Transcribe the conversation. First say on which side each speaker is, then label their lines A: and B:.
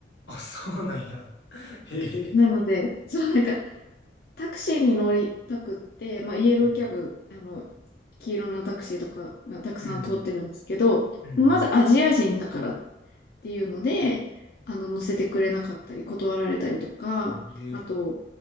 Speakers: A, on the left; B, on the left.
A: あ、そうなんや。<laughs> へえ。
B: なので、そう、なんか、タクシーに乗りたくって、まあ、イエローキャブ、
A: うん。
B: あの、黄色のタクシーとかがたくさん通ってるんですけど、
A: うん。うん。
B: まずアジア人だからっていうので、あの、乗せてくれなかったり、断られたりとか、
A: うんええ
B: あと、